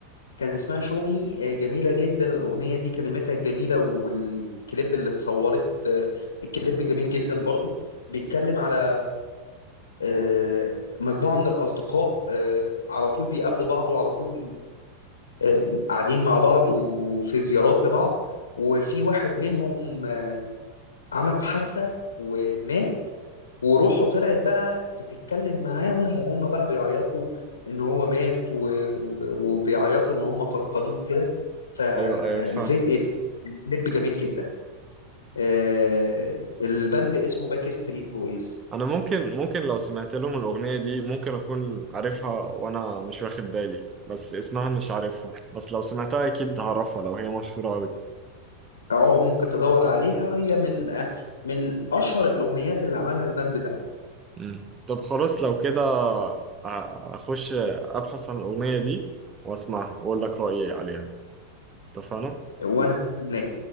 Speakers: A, on the left (about 70°); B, on the right (about 25°).
A: كان اسمها شو مي آه، جميله جدا الاغنيه دي كلماتها جميله والكليب اللي اتصورت آه، الكليب جميل جدا برضو بيتكلم على آه، مجموعه من الاصدقاء آه، على طول بيقابلوا بعض وعلى طول آه، قاعدين مع بعض وفي زيارات لبعض وفي واحد منهم عمل حادثة ومات وروحه طلعت بقى بتتكلم معاهم وهم بقى بيعيطوا ان هو مات و... و... وبيعيطوا ان هم فقدوه كده فالفيديو
B: ايوه ايوه فاهم
A: الكليب جميل جدا آه البند اسمه باك ستريت بويز
B: انا ممكن ممكن لو سمعت لهم الاغنيه دي ممكن اكون عارفها وانا مش واخد بالي بس اسمها مش عارفها بس لو سمعتها اكيد هعرفها لو هي مشهوره قوي
A: اه ممكن تدور عليها هي من آه من اشهر الاغنيات اللي عملها البند ده
B: مم. طب خلاص لو كده أ- اخش ابحث عن الاغنيه دي واسمعها واقول لك رايي عليها اتفقنا
A: وانا هناك